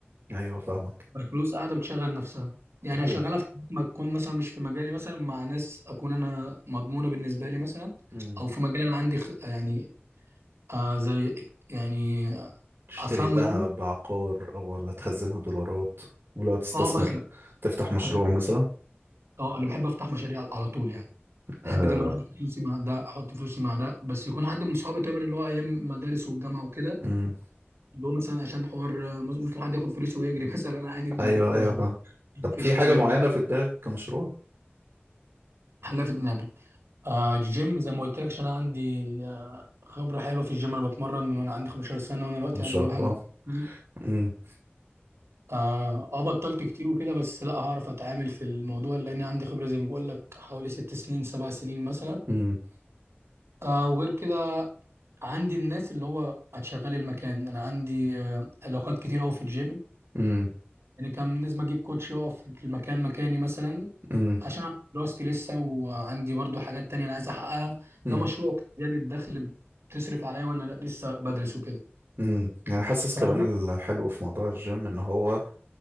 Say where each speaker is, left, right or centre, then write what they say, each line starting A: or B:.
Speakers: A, on the right; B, on the right.
A: ايوه فاهمك
B: فالفلوس قاعدة بتشغل نفسها يعني
A: ايوه
B: هشغلها في حاجات ما تكون مثلا مش في مجالي مثلا مع ناس أكون أنا مضمونة بالنسبة لي مثلا
A: امم
B: أو في مجال أنا عندي خ... يعني آه زي يعني
A: تشتري
B: أفهمه
A: ذهب
B: يعني
A: عقار او ولا تخزنها دولارات ولو تستثمر
B: أه مثلا
A: تفتح مشروع
B: حاجات-
A: مثلا
B: أه أنا بحب أفتح مشاريع على طول يعني
A: آه.
B: احب دايما احط فلوسي مع ده احط فلوسي مع ده بس يكون حد من صحابي دايما اللي هو ايام مدارس والجامعه وكده
A: امم
B: اللي هو مثلا عشان حوار آه، ممكن حد ياخد فلوسي ويجري <laughs> مثلا انا عادي ده
A: ايوه
B: ما
A: ايوه فاهم.
B: ما
A: طب
B: فيش
A: في
B: حاجه
A: حاجة معينة في دماغك كمشروع
B: حلا في دماغي آه جيم زي ما قلت لك عشان انا عندي آه خبره حلوه في الجيم انا بتمرن من وانا عندي 15 سنه وانا دلوقتي
A: ما
B: عندي
A: شاء الله
B: 21 سنه
A: امم
B: اه آه، بطلت كتير وكده بس لا هعرف اتعامل في الموضوع لان عندي خبره زي ما بقول لك حوالي ست سنين سبع سنين مثلا
A: امم
B: آه وغير كده عندي الناس اللي هو هتشغل المكان انا عندي آه علاقات كتير قوي في الجيم
A: امم
B: يعني كان لازم اجيب كوتش يقف في المكان مكاني مثلا
A: امم
B: عشان أعمل دراستي لسه وعندي برضو حاجات تانية انا عايز احققها
A: امم
B: ده مشروع زيادة الدخل بتصرف عليا وانا لسه بدرس وكده
A: امم يعني حاسس
B: فاهم؟
A: كمان الحلو في موضوع الجيم ان هو